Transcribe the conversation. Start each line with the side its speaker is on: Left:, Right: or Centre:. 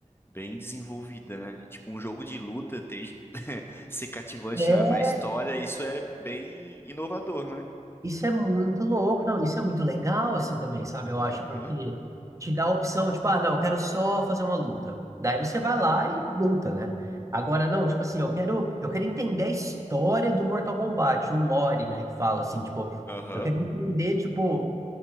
Left: bem desenvolvida, né? Tipo, um jogo de luta ter, <laughs> ser cativante
Right: É,
Left: na, na história, isso é bem inovador, né?
Right: Isso é muito louco, não, isso é muito legal assim também, sabe? Eu
Left: Aham,
Right: acho, porque te dá a opção, tipo, ah, não, eu quero só fazer uma luta. Daí você vai lá e luta, né? Agora, não, tipo assim, eu quero, eu quero entender a história do Mortal Kombat, o lore, né, que fala assim, tipo,
Left: aham.
Right: eu quero
Left: <laughs>
Right: entender, tipo,